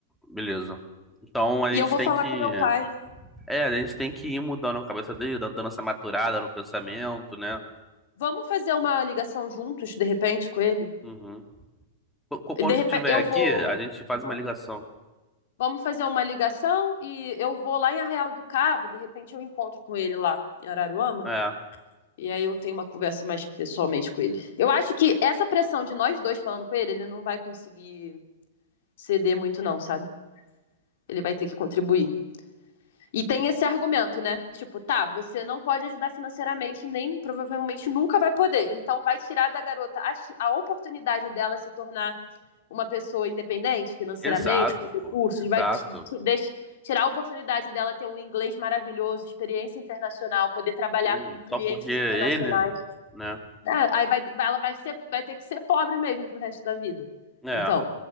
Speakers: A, in the centre; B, on the left (about 65°).
A: beleza. Então a
B: E
A: gente
B: eu vou
A: tem
B: falar
A: que.
B: com meu pai
A: É, a gente tem que ir mudando a cabeça dele, dando dando essa maturada no pensamento, né?
B: Vamos fazer uma ligação juntos, de repente, com ele?
A: Uhum. Qu- qu-
B: De
A: Quando
B: repente,
A: tiver
B: eu
A: aqui,
B: vou.
A: a gente faz
B: Aham.
A: uma ligação.
B: Vamos fazer uma ligação e eu vou lá em Arraial do Cabo, de repente eu encontro com ele lá em Araruama.
A: É,
B: E aí eu tenho uma conversa mais pessoalmente com ele. Eu acho que essa pressão de nós dois falando com ele, ele não vai conseguir ceder muito, não, sabe? Ele vai ter que contribuir. E tem esse argumento, né? Tipo, tá, você não pode ajudar financeiramente, nem provavelmente nunca vai poder. Então vai tirar da garota a, a oportunidade dela se tornar uma pessoa independente financeiramente,
A: exato,
B: com recursos,
A: pô, exato.
B: vai t- t- deix- tirar a oportunidade dela ter um inglês maravilhoso, experiência internacional, poder trabalhar
A: Sim,
B: com clientes
A: só porque ele,
B: internacionais.
A: né?
B: É, aí vai, vai- ela vai, ser, vai ter que ser pobre mesmo pro resto da vida.
A: É,
B: Então,